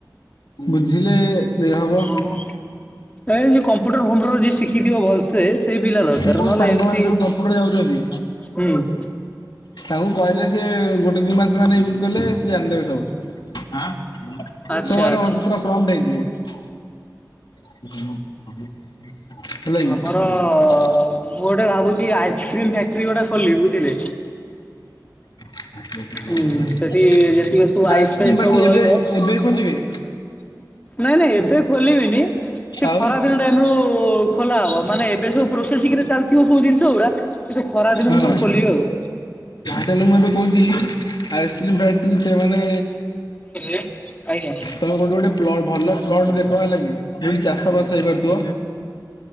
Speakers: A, on the left; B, on the left.
A: ବୁଝିଲେ ଦେ ହବ।
B: ଏ ଯିଏ କମ୍ପୁଟର୍ ଫମ୍ପୁଟର ଯିଏ ଶିକିଥିବ ଭଲସେ। ସେଇ ପିଲା ଦରକାର
A: ମୋ
B: ନହେଲେ
A: ସାଙ୍ଗମାନେ
B: ଏମ୍ ତି
A: ସବୁ କମ୍ପ୍ୟୁଟର ଯାଉଛନ୍ତି।
B: ହୁଁ।
A: ତାକୁ କଇଲେ ସେ ଗୋଟେ ଦି ମାସ୍ ମାନେ ୟୁଜ୍ କଲେ ସିଏ ଜାନ୍ ଦବେ ସବୁ ହାଁ। ଛୁଆ
B: ଆଚ୍ଛା
A: ମାନେ
B: ଆଚ୍ଛା
A: ଭଲସେ ପୁରା ପ୍ରମ୍ପଟ୍ ହେଇଯିବେ। ହେଲା କି।
B: ଆମର ମୁଁ ଗୋଟେ ଭାବୁଚି ଆଇସ୍କ୍ରିମ ଫ୍ୟାକ୍ଟ୍ରି ଗୋଟା ଖୋଲିିବି ବୁଝିଲେ।
A: ଆଇସ୍କ୍ରିମ୍
B: ହୁଁ ସେଠି ଯେତିକି ସବୁ ଆଇସ୍ ଫାଇସ୍
A: ପାଟି
B: ସବୁ ରହିବ
A: ଏବେ ଏବେ ଖୋଲିବେ?
B: ନାଇଁ ନାଇଁ ଏବେ ଖୋଲିବିନି। ସେଇ
A: ଆଉ
B: ଖରା ଦିନ ଟାଇମ୍ ରୁ ଖୋଲା ହବ ମାନେ ଏବେ ସବୁ ପ୍ରୋସେଙ୍ଗ୍ ରେ ଚାଲଥିବ ସବୁ ଜିନଷ ଉରା। ଖରା ଦିନ
A: ହଁ
B: ମୁଁ କଉ ଖୋଲିବୁ ଆଉ <inaudible>
A: ତାହେଲେ ମୁଁ ଏବେ କହୁଛି ଆଇସ୍କ୍ରିମ ଫ୍ୟାକ୍ଟ୍ରି ସେମାନେ
B: <unintelligible> ଆଜ୍ଞା!
A: ତମ କୌଡ଼ି ଗୋଡ଼େ ପ୍ଲଟ୍ ଭଲ ପ୍ଲଟ୍ ଦେଖ ହେଲାକି ଯେମ୍ତି ଚାଷ ବାସ ହେଇପାରୁଥିବ।